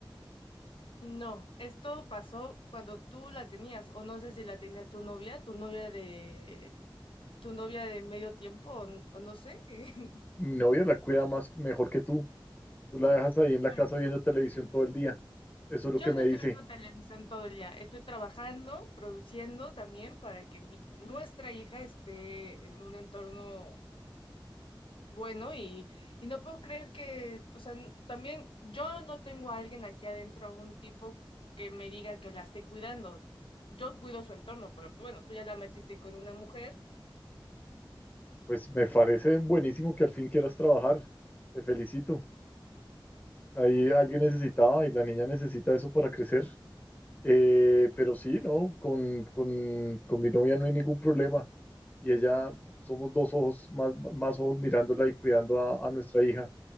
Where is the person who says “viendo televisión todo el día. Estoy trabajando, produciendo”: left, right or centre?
Left